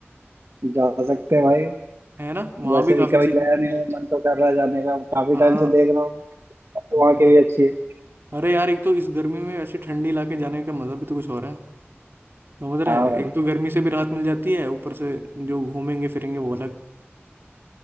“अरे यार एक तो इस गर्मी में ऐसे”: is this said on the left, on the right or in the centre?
Right